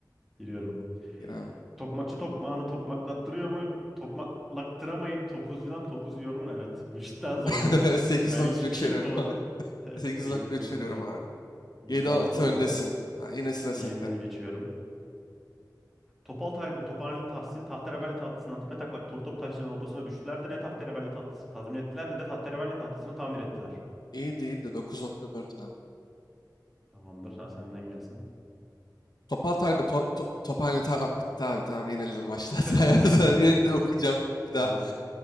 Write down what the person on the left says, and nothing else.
Gir abi.
<laughs> 8.3
veriyorum
abi.
8.3
veriyorum
abi.
yedi altı
öndesin. Ha, yine sıra sende.
İyi değil de 9.4 abi.
Topal Talbe, to, to, Tophane Ta- bitti abi tamam yenildim maçta.
<laughs> Sayarsan de okuyacağım bir daha.